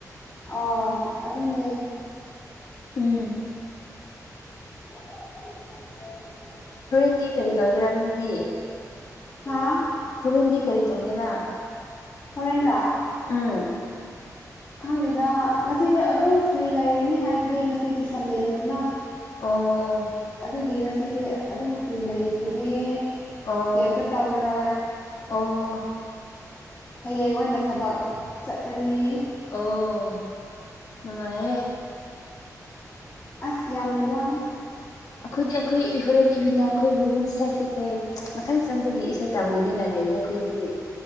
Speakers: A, on the left; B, on the left.
A: ꯑꯥ ꯑꯗꯨꯅꯦ
B: ꯎꯝ
A: <inaudible>
B: ꯍꯗꯤ ꯀꯔꯤ ꯇꯧꯒꯦꯔꯥ ꯅꯣꯏꯗꯤ
A: ꯍꯥꯥ
B: ꯍꯔꯤꯟꯗꯤ ꯀꯔꯤ ꯊꯣꯛꯒꯦꯔꯥ
A: ꯍꯔꯦꯟꯟ꯭ꯔ
B: ꯑꯥ
A: ꯈꯪꯗꯦꯅ ꯉꯁꯤꯗꯤ ꯑꯗꯨꯝ ꯐ꯭ꯔꯤ ꯂꯩꯔꯣꯏꯅꯤ ꯍꯥꯏꯕꯗꯤ ꯉꯁꯤꯗꯤ ꯁꯟꯗꯦꯅꯦꯗꯅ
B: ꯑꯣ ꯑꯣ
A: ꯑꯗꯨꯒꯤ ꯉꯁꯤꯗꯤ ꯑꯗꯨꯝ ꯐ꯭ꯔꯤ ꯂꯩꯒꯅꯤ
B: ꯑꯣ ꯑꯣ
A: ꯀꯩꯝꯇ ꯇꯧꯔ
B: ꯑꯣ
A: ꯍꯌꯦꯡ ꯑꯣꯏꯅ ꯊꯕꯛ ꯆꯠꯂꯅꯤ
B: ꯑꯣ ꯅꯨꯡꯉꯥꯏꯦ
A: ꯑꯁꯤꯁ ꯌꯥꯝ ꯌꯥꯝꯕꯋꯥꯏ
B: ꯑꯩꯈꯣꯏꯗꯤ ꯑꯩꯈꯣꯏ ꯍꯣꯔꯦꯟ ꯏꯕꯤꯅꯥ ꯑꯩꯈꯣꯏ ꯋꯨꯃꯦꯟ ꯁꯁꯥꯏꯠꯇꯤ ꯑꯩꯈꯣꯏ ꯃꯊꯪ ꯁꯪꯗꯒꯤ ꯏꯁꯩ ꯇꯝꯒꯅꯤꯅꯗꯤ ꯑꯩꯈꯣꯏꯗꯤ